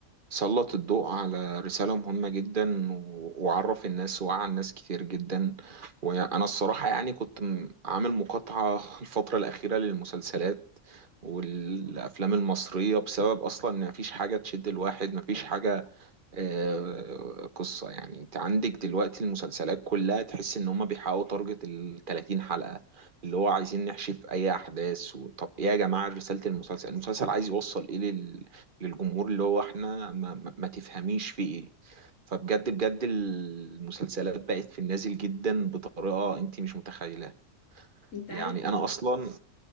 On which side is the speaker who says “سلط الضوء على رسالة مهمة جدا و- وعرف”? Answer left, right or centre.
Right